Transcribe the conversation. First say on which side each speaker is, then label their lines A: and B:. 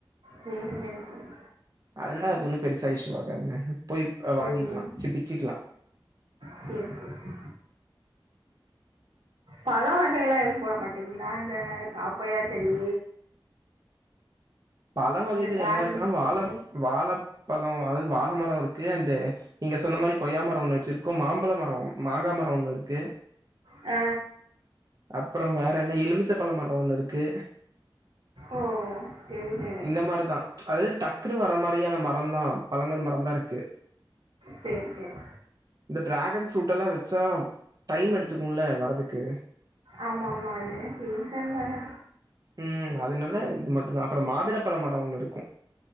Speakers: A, on the right; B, on the right.
A: சேரி சேரி சேரி
B: அதனால அது ஒண்ணு பெருசா இஷூவாக்காதுங்க போய் அப்றோ வாங்கிக்கலா
A: ம்
B: சி பிச்சுக்கலா
A: சேரி சேரி சே பழ வகையேல்லா எது போட மாட்டீங்களா இந்த கா கொயாச் செடி
B: பழ வகைகள்
A: இந்த டிராகன்
B: என்ன இருக்குன்னா
A: ஃப்ரூட்டு
B: வாழ வாழப் பழோ அதாவது வாழை மரோ இருக்கு அண்டு நீங்க சொன்ன மாரி கொய்யாமரோ ஒண்ணு வச்சிருக்கோம் மாம்பழ மரோ மாங்கா மரோ ஒண்ணு இருக்கு
A: ஆ
B: அப்பறோ வேற என்ன எலுமிச்ச பழமரோ ஒண்ணு இருக்கு
A: ஓ சேரி சேரி
B: இந்த மாரிதா அது டக்குன்னு வர மாரியான மரந் தா பழங்கள் மரம் தா இருக்கு
A: சேரி சேரி
B: இந்த ட்ராகன் ஃப்ரூட்டெல்லா வச்சா டைம் எடுத்துக்குல வரதுக்கு
A: ஆமா ஆமா ஏ சீசன் தான
B: ம் அதனால இது மட்டு தா அப்பறோ மாதுளப்பழ மரோ ஒன்னு இருக்கு